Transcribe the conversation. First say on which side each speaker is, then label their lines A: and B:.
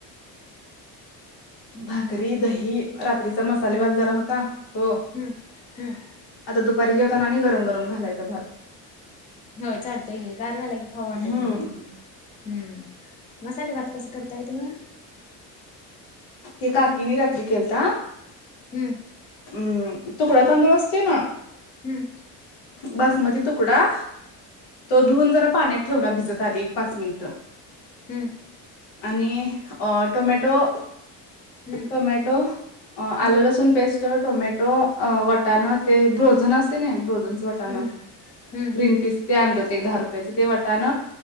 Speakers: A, on the left; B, on the left.
A: हम्म
B: भाकरी
A: हम्म
B: दही, रात्रीचा मसाले
A: हम्म.
B: भात जरा होता तो
A: हम्म हम्म
B: आता दुपारी जेवताना आणि गरम-गरम घालायचा भात.
A: हो चालतंय की गार झाला की खाऊ वाटत
B: हम्म
A: नाही हम्म, मसाले भात कस करताय तुम्ही,
B: ते काकीन रात्री केलता.
A: हम्म म,
B: हम्म तुकडा तांदूळ असतो ना
A: हम्म मम.
B: बासमती तुकडा तो धुऊन जरा पाण्यात ठेवला भिजत आधी एक पाच मिनटं
A: हम्म
B: आणि टोमॅटो
A: हम्म
B: टोमॅटो आल
A: हम्म
B: लसूण पेस्ट टोमॅटो अ वाटाणा ते ब्रोझन असते ना ब्रोझनचं वटाणं
A: हम्म. हम्म
B: ग्रीन पीस ते आणल ते दहा रुपयाचं ते वटान